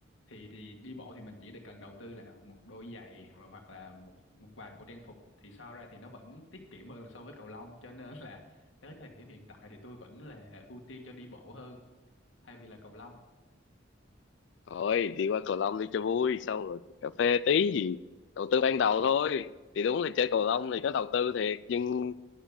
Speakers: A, on the left (about 85°); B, on the left (about 65°).
A: thì thì đi bộ thì mình chỉ được cần đầu tư là một đôi giày rồi hoặc là một một vài bộ trang phục thì so ra thì nó vẫn tiết kiệm hơn là so với cầu lông cho nên là tới thời điểm hiện tại thì tôi vẫn là ưu tiên cho đi bộ hơn thay vì là cầu lông
B: thôi đi qua cầu lông đi cho vui xong rồi cà phê tí gì đầu tư ban đầu thôi thì đúng là chơi cầu lông thì nó đầu tư thiệt nhưng